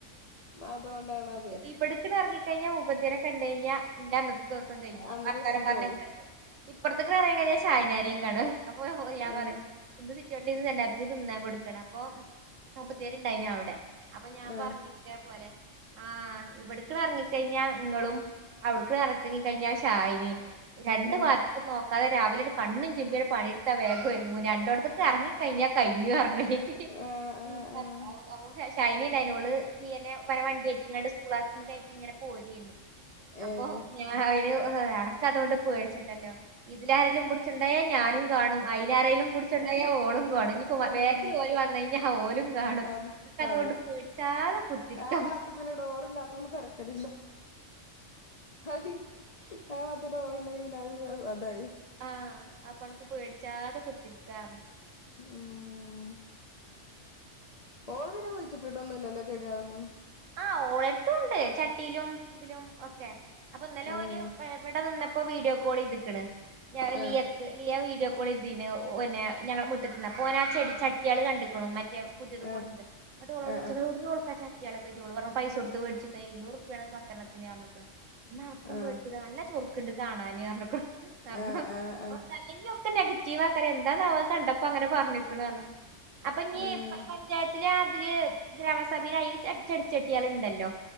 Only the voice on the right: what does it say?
ഇബട്ക്ക് നർഞ്ഞ് കൈഞ്ഞാ മൂപത്തിയേരെ കണ്ടു കഴിഞ്ഞാ <unintelligible> ദിവസം കഴിഞ്ഞു
വർത്താനം
പറഞ്
<unintelligible> ഇപ്പർത്ത്ക്ക് എറങ്ങി കഴിഞ്ഞാ ഷാഹിനാനിം കാണും അപ്പൊ ഞാൻ
പറിം <unintelligible> തിന്നാൻ കൊടുക്കണം പ്പോ മുപ്പത്തിയാര് ഉണ്ടയിരുന്നു അവിടെ അപ്പ ഞാൻ
പർഞ്ഞു ഇതേപോലെ ആ ഇവട്ക്ക് ങ്ങട്ട് അറങ്ങി കഴിഞ്ഞാ ഇങ്ങളും അവട്ക്ക് എറങ്ങി കഴിഞ്ഞാ ഷാഹിനിം രണ്ടു
ഭാഗത്ക്കും നോക്കാദെ രാവിലെ കണ്ണും ചിമ്പിൻണ്ട് പണി എടുത്താ വേഗം ഒരുങ്ങും രണ്ടോട്ത്തുക്കും എറങ്ങി കഴിഞ്ഞാ കഴിഞ്ഞു <unintelligible> <unintelligible> <unintelligible>
ഓള് ടിഎൻഎ ഉപ്പാന്റെ വണ്ടി യ്റ്റിക്കാണ്ട് സ്കൂളാരെ <unintelligible> പോരേന്ന്
അപ്പോ ഞാൻ ഒരു ആ അനക്ക് അതുകൊണ്ട് പേടിക്കണ്ടല്ലോ ഇതിലെ ആരേലും പിടിച്ചു കൊണ്ടുപോയാൽ ഞാനും കാണും അതിലെ ആരേലും പിടിച്ചു കൊണ്ടുപോയാൽ ഓളും കാണും ഇനിപ്പോ
വേഗത്തിൽ ഓടി വാ നായിഞ്ഞാൽ ഓലും കാണും
പിന്നെ
അതോണ്ട് പേടിക്കാതെ കുത്തിരിക്കാ
ആ അപ്പോ അനക് പേടിക്കാതെ കുത്തിരിക്കാ
ആ ഓളെഡ്ത്തും ഉണ്ട് ചട്ടിലും ഇതിലും ഒക്കെ അപ്പോ ഇന്നലെ
ഓന് ഇവടെ നിന്നപ്പോ വീഡിയോ കോൾ ചെയ്ത്ക്ക്ണ് ഞാലിയക്ക്
ലിയ വി വീഡിയോ കോൾ ചെയ്തിനു പിന്നെ ഞങ്ങളെ മുറ്റത്ത്ന്ന് അപ്പോ ഓൻ ആ ചെടിച്ചട്ടിയാള് കണ്ട്ക്ക്ണ് ഞാൻ പുതിയത്
കൊടുത്ത് ന്ന്ട്ട് ഓളോട്
ചോയ്ച്ചു ഏട്ന്നാ ഓൾക് ആ ചട്ടി ച്ചു ഓള് പറഞ്ഞു പൈസ കൊടുത്തു മേടിച്ചിട്ട് എയിന്നൂരൂർപ്പെണ് ഒരു പത്തണ്ണത്തിന് പറഞ്ഞക്കാ ന്നാ അനക്കും
വേടിച്ചുടെ നല്ല ചോർ ക്ക്ണ്ട് കാണാന് പറഞ്ഞക്കും
<unintelligible> നെഗറ്റീവ് ആത്രേ ന്താന്നാവോ അത് കണ്ടപ്പോ അങ്ങനെ പറഞ്ക്ക്ണ് ഞ അപ്പഞ്ഞി
പ പഞ്ചായത്ത് രാവിൽ ഗ്രാമ സഭയിൽ അയിൽ ചെ ചെടി ചെട്ടിയൾ ണ്ടല്ലോ